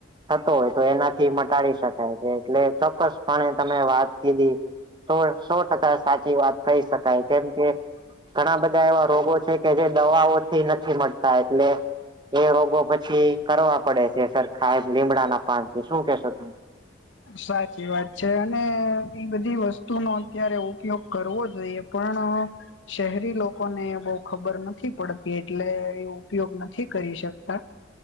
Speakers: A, on the right (about 25°); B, on the left (about 70°).
A: થતો હોય તો એનાથી મટાડી શકાય છે એટલે ચોક્કસપણે તમે વાત કીધી તો સો ટકા સાચી વાત કહી શકાય કેમ કે ઘણા બધા એવા રોગો છે કે જે દવાઓથી નથી મળતા એટલે એ રોગો પછી કરવા પડે છે સર ખાયબ લીમડાના પાન થી શું કેશો તમે?
B: સાચી વાત છે અને ઈ બધી વસ્તુ નો અત્યારે ઉપયોગ કરવો જોઈએ. પણ. શહેરી લોકોને બહું ખબર નથી પડતી એટલે એ ઉપયોગ નથી કરી શકતા.